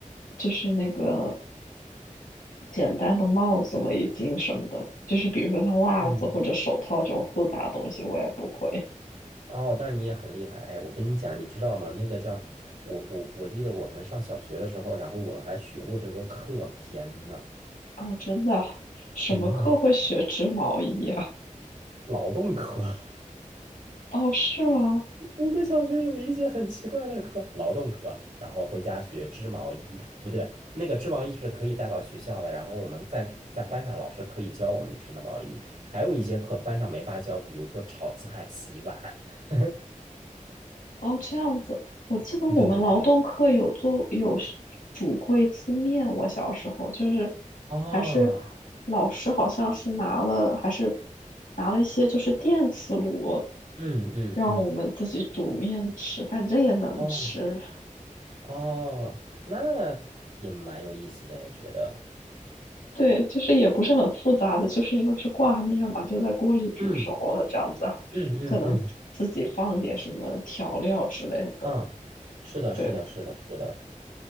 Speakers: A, on the left; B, on the right.
A: 就是那个简单的帽子、围巾什么的，就是比如说像袜子或者手套这种复杂的东西，
B: 嗯，
A: 我也不会。
B: 哦，那你也很厉害。哎，我跟你讲，你知道吗？那个叫我我我记得我们上小学的时候，然后我们还学过这个课。天呐，
A: 哦，真的，什么课会学织毛衣啊？
B: 真的劳动课。<laughs>
A: 哦，是吗？
B: 我们小学有一节很奇怪的课，劳动课，然后回家学织毛衣，不对，那个织毛衣是可以带到学校的，然后我们在在班上老师可以教我们织的毛衣，还有一些课班上没法教，比如说炒菜、洗碗。<laughs>
A: 哦，这样子，我记得我们劳动课有做有是煮过一次面，
B: 对对对，
A: 我小时候就是
B: 哦，
A: 还是老师好像是拿了还是拿了一些就是电磁炉，
B: 嗯嗯嗯，
A: 让我们自己煮面吃，反正也能吃。
B: 哦哦，那也蛮有意思的，也觉得，
A: 对，就是也不是很复杂的，就是因为是挂面嘛，就在锅里煮熟了这样子，
B: 嗯
A: 然后可能自己放点什么调料之类的。
B: 嗯嗯嗯嗯，是的，是的，
A: 对，
B: 是的，是的。